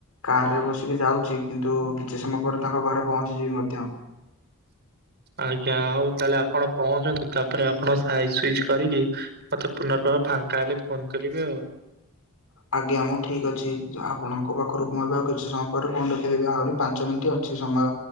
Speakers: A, on the left; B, on the right.
A: କାର୍ ରେ ବସିକି ଯାଉଛି କିନ୍ତୁ କିଛି ସମୟ ପରେ ତାଙ୍କ ଘରେ ପହଞ୍ଚିଯିବି ମଧ୍ୟ।
B: ଆଜ୍ଞା ହଉ ତାହେଲେ ଆପଣ ପହଞ୍ଚନ୍ତୁ ତାପରେ ଆପଣ ସାଇଜ ସୁଇଚ କରିକି ମତେ ପୁନର୍ବାର ଫାଙ୍କା ହେଲେ ଫୋନ୍ କରିବେ ଆଉ।
A: ଆଜ୍ଞା ମୁଁ ଠିକ ଅଛି ଆପଣଙ୍କ ପାଖରୁ ମୁଁ ଏବେ ଆଉ କିଛି ସମୟ ପରେ ଫୋନ୍ ରଖିଦେବି ଆହୁରି ପାଞ୍ଚ ମିନିଟ ଅଛି ସମୟ